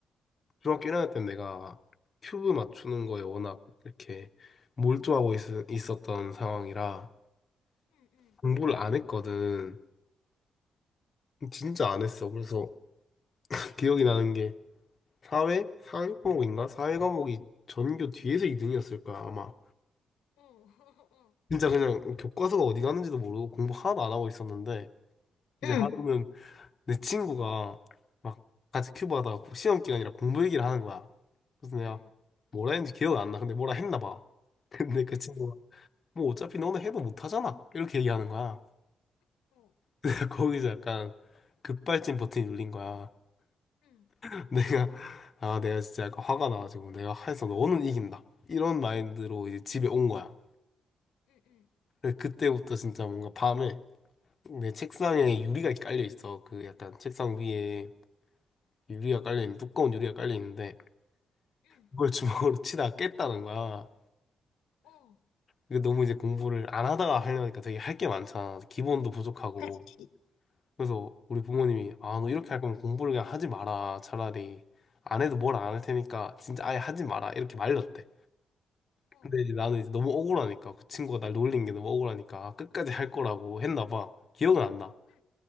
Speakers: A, on the left (about 45°); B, on the left (about 80°).
A: 중학교 1학년 때 내가 큐브 맞추는 거에 워낙 이렇게 몰두하고 있, 있었던 상황이라 공부를 안 했거든. 진짜 안 했어. 그래서 <laughs> 기억이 나는 게 사회? 사회 과목인가? 사회 과목이 전교 뒤에서 2등이었을 거야, 아마. 진짜 그냥 교과서가 어디 갔는지도 모르고 공부 하나도 안 하고 있었는데
B: 응응
A: 이제
B: 어응
A: 하루는
B: 응 응 응응어 응 응 응 응어
A: 내 친구가 막 같이 큐브 하다가 고- 시험 기간이라 공부 얘기를 하는 거야. 그래서 내가 뭐라 했는지 기억이 안 나. 근데 뭐라 했나 봐. <laughs> 근데 그 친구가 뭐 어차피 너는 해도 못 하잖아. 이렇게 얘기하는 거야. <laughs> 거기서 약간 급발진 버튼이 눌린 거야. <laughs> 내가 아 내가 진짜 약간 화가 나가지고 내가 해서 너는 이긴다 이런 마인드로 이제 집에 온 거야. 근데 그때부터 진짜 뭔가 밤에 내 책상에 유리가 깔려 있어. 그 약간 책상 위에 유리가 깔려 있는 두꺼운 유리가 깔려 있는데 그걸 주먹으로 <laughs> 치다가 깼다는 거야. 이게 너무 이제 공부를 안 하다가 하려니까 되게 할 게 많잖아. 기본도 부족하고.
B: 그렇지
A: 그래서 우리 부모님이 아 너 이렇게 할 거면 공부를 그냥 하지 마라. 차라리 안 해도 뭘 안 할 테니까 진짜 아예 하지 마라. 이렇게 말렸대. 근데 이제 나는 이제 너무 억울하니까 그 친구가 날 놀린 게 너무 억울하니까 아, 끝까지 할 거라고 했나 봐. 기억은 안 나.